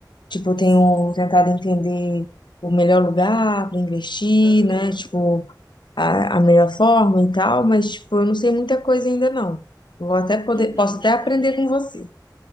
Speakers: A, on the left; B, on the right.
A: Tipo, eu
B: Sim.
A: tenho tentado entender o melhor lugar para investir,
B: Aham.
A: né? Tipo, a, a melhor forma e tal, mas, tipo, eu não sei muita coisa ainda não. Eu Vou até poder,
B: Então,
A: posso até aprender
B: é,
A: com você.